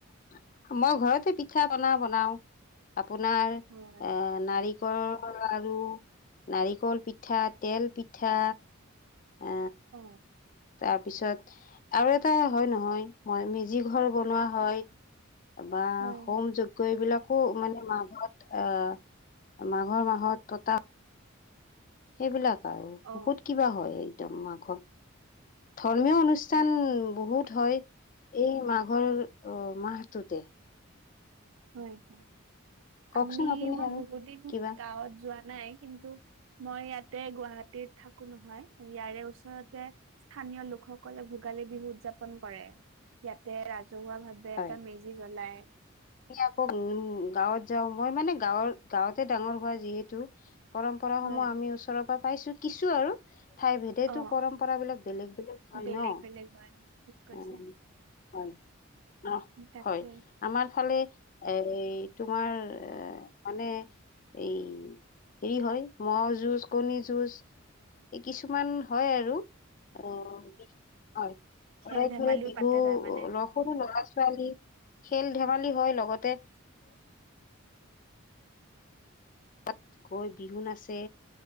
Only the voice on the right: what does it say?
হয়।
অ,
হয়
হয়।
অ'।
হয়
হয় হয়
আমি
মই
বহুত দিন
গাঁৱত যোৱা। নাই কিন্তু মই ইয়াতে গুৱাহাটীত থাকো নহয় ইয়াৰে ওচৰতে। স্থানীয় লোকসকলে ভোগালী বিহু উদযাপন কৰে ইয়াতে ৰাজহুৱা ভাৱ। বে
এটা মেজি জ্বলায়।
হয়
অ অ
বেলেগ
বেলেগ হয় ঠিক কৈছে
তাকে
খেল
ধেমালিও
পাতে তাৰমানে